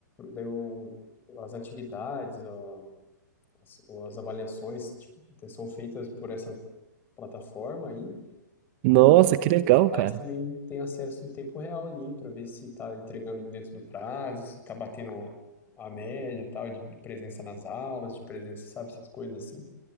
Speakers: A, on the left; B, on the right.
A: daí o- as atividades, ó, as, as avaliações, tipo, são feitas por essa plataforma aí,
B: Nossa,
A: e
B: que legal,
A: os pais
B: cara.
A: também têm acesso em tempo real ali para ver se está entregando dentro do prazo, se está batendo a média, tal, de, de presença nas aulas, de presença, sabe, essas coisas assim.